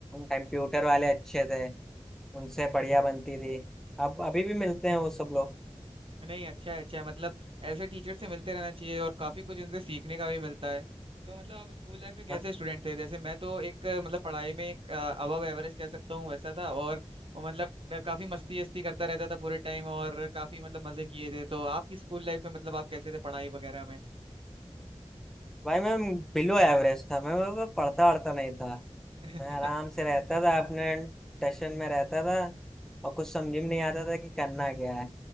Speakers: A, in the centre; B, on the right (about 55°).
A: कंप्यूटर वाले अच्छे थे उनसे बढ़िया बनती थी अब अभी भी मिलते हैं वो सब लोग
B: नहीं अच्छा है अच्छा है मतलब ऐसे टीचर से मिलते रहना चाहिए और काफी कुछ इनसे सीखने का भी मिलता है तो मतलब आप स्कूल लाइफ में कैसे
A: हाँ।
B: स्टूडेंट थे जैसे मैं तो एक अ, मतलब पढ़ाई में एक अबव एवरेज कह सकता हूँ वैसा था और वो मतलब मैं काफी मस्ती वस्ती करता रहता था पूरे टाइम और काफी मतलब मजे किए थे तो आपकी स्कूल लाइफ में मतलब आप कैसे थे पढ़ाई वगैरह में
A: भाई मैं बिलो एवरेज था मैं मैं- मैं पढ़ता वढ़ता नहीं था
B: <laughs>
A: मैं आराम से रहता था अपने टेंशन में रहता था और कुछ समझ में नहीं आता था कि करना क्या है